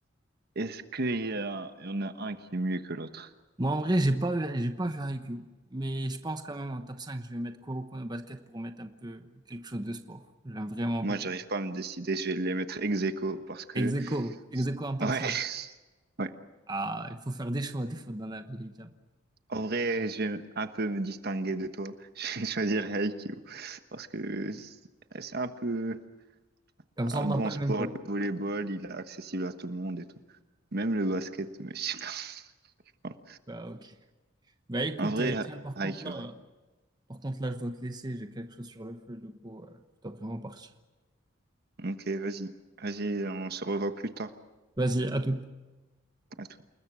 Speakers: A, on the right; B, on the right.
A: est-ce qu'il y a, il y en a un qui est mieux que l'autre?
B: Moi, en vrai, j'ai pas, j'ai pas vu Haikyuu, mais je pense quand même en top 5 je vais mettre Kuroko no Basket pour mettre un peu quelque chose de sport. J'aime vraiment beaucoup.
A: Moi, j'arrive pas à me décider. Je vais les mettre ex aequo parce que,
B: Ex aequo, ex aequo en
A: ouais.
B: top cinq
A: <laughs>
B: Ah, il faut faire des choix, des fois dans la vie, Hicham.
A: En vrai, je vais un peu me distinguer de toi. <laughs> Je vais choisir Aikyo parce que c'est un peu
B: Comme ça,
A: un
B: on
A: bon
B: n'a pas le
A: sport,
B: même top.
A: le volleyball, il est accessible à tout le monde et tout. Même le basket, mais je sais pas. Voilà.
B: Bah, ok. Bah, écoute,
A: En vrai,
B: euh, Hicham, par
A: Aikyo,
B: contre, là, euh, par contre, là, je dois te laisser, j'ai quelque chose sur le feu, du coup, euh, je dois vraiment partir.
A: Ok, vas-y. Vas-y, on se revoit plus tard.
B: Vas-y, à tout.
A: À tout.